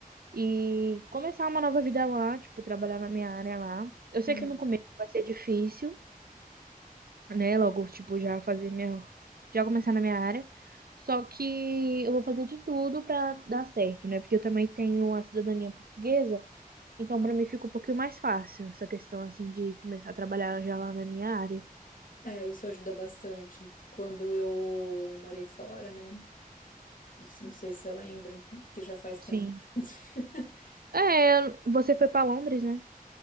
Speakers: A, on the right; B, on the left.
A: e começar uma nova vida lá, tipo, trabalhar na minha área lá. Eu sei
B: Uhum.
A: que no começo vai ser difícil. né? Logo, tipo, já fazer minha. Já começar na minha área. Só que eu vou fazer de tudo pra dar certo, né? Porque eu também tenho a cidadania portuguesa, então pra mim fica um pouquinho mais fácil essa questão, assim, de começar a trabalhar já lá na minha área.
B: É, isso ajuda bastante. Quando eu morei fora, né? Não sei se você lembra, porque já faz
A: Sim,
B: tempo. <laughs>
A: É, eu- você foi pra Londres, né?